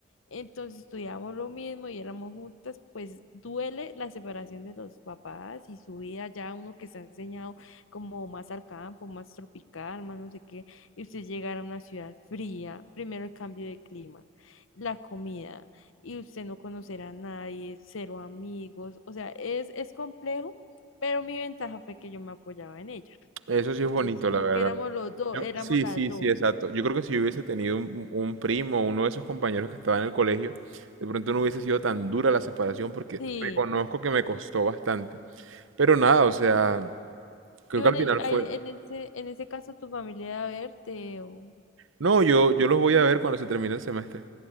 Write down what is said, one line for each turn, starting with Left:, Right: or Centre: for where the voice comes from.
Left: Entonces estudiábamos lo mismo y éramos juntas, pues duele la separación de los papás y su vida ya uno que se ha enseñado como más al campo, más tropical, más no sé qué, y usted llegar a una ciudad fría, primero el cambio de clima la comida y usted no conocerá a nadie, cero amigos, o sea, es, es complejo, pero mi ventaja fue que yo me apoyaba en ella.
Right: eso sí
Left: Entonces,
Right: es bonito,
Left: como
Right: la verdad.
Left: que éramos los dos,
Right: Yo,
Left: éramos
Right: sí,
Left: las
Right: sí,
Left: dos.
Right: sí, exacto. Yo creo que si yo hubiese tenido un, un primo, uno de esos compañeros que estaba en el colegio, de pronto no hubiese sido tan dura la separación porque
Left: Sí.
Right: reconozco que me costó bastante. Pero nada, o sea, creo
Left: Y bueno,
Right: que al final
Left: y ahí
Right: fue...
Left: en ese, en ese caso tu familia va a verte o,
Right: No, yo, yo los voy a ver cuando se termine el semestre.